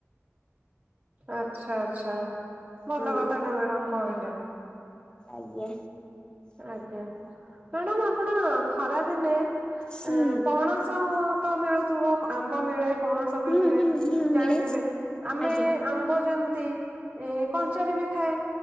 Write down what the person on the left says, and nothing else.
ହୁଁ
ଆଜ୍ଞା।
ହୁଁ
ହୁଁ
ହୁଁ ହୁଁ
ମିଳେ।
ଆଜ୍ଞା